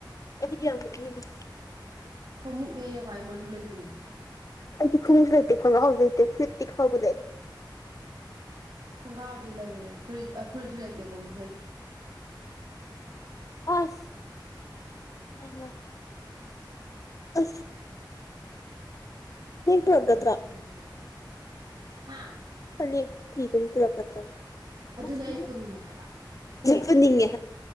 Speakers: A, on the left; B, on the right.
A: ꯑꯁ ꯌꯥꯅꯤꯡꯅꯤ
B: ꯈꯣꯡꯃꯨꯛꯅꯦ ꯋꯥꯏ ꯃꯔꯨ ꯂꯩꯇꯣꯏꯁꯦ
A: ꯑꯩꯗꯤ ꯈꯣꯡꯎꯁꯨ ꯂꯩꯇꯦ ꯈꯪꯉꯥꯎꯁꯨ ꯂꯩꯇꯦ ꯐꯨꯔꯤꯠꯇꯤ ꯈꯥꯎꯕꯗꯤ ꯂꯩ
B: ꯈꯣꯡꯒ꯭ꯔꯥꯎꯗꯤ ꯂꯩꯌꯦ ꯐꯨꯔꯤꯠ ꯐꯨꯔꯤꯠꯁꯨ ꯂꯩꯇꯦ ꯈꯣꯡꯎꯞꯁꯨ ꯂꯩꯇꯦ
A: ꯑꯁ ꯍꯥꯏꯅ ꯑ
B: ꯍꯈꯤꯗ꯭ꯔꯦ
A: ꯄꯨꯔꯛꯀꯗ꯭ꯔꯣ
B: ꯏꯁꯀꯤꯗ ꯍꯥ
A: ꯊꯅꯤ ꯐꯅꯤ ꯇꯔꯀ ꯇꯔ
B: ꯑꯗꯨꯅꯦ
A: ꯁꯨ
B: ꯑꯩ ꯄꯨꯅꯤꯡꯉꯦ ꯍꯥꯏꯕ
A: ꯐꯟꯅꯤꯡꯉꯦ